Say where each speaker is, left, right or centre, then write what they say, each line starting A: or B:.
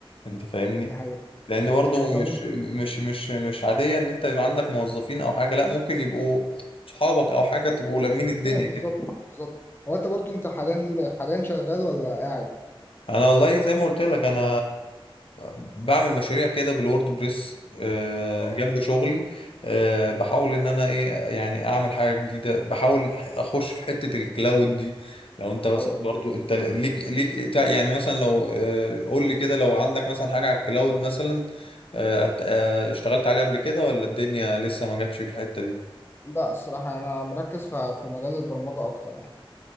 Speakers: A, on the left (about 70°); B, on the left (about 20°).
A: انت فاهمني
B: دي حقيقه
A: لان برضو
B: دي حقيقه طب
A: مش
B: انت
A: مش مش مش عادية ان انت يبقى عندك موظفين او حاجة لا ممكن يبقوا صحابك او حاجة تبقوا لمين
B: <laughs>
A: الدنيا
B: ايوه بالظبط
A: كده
B: بالظبط هو انت برضو انت حاليا حاليا شغال ولا قاعد؟
A: انا والله زي ما قلت لك انا بعمل مشاريع كده بالوورد بريس آه،
B: اه
A: جنب شغلي آه، بحاول ان انا ايه يعني اعمل حاجه جديده بحاول اخش في حته الكلاود دي لو انت بس
B: اه ايوه
A: برضو
B: فاهم
A: انت ليك ليك تع- يعني مثلا لو آه، قول لي كده لو عندك مثلا حاجه على الكلاود مثلا آه، آه، اشتغلت عليها قبل كده ولا الدنيا لسه ما جاتش في الحته دي
B: لا الصراحه انا مركز في في مجال البرمجه اكتر يعني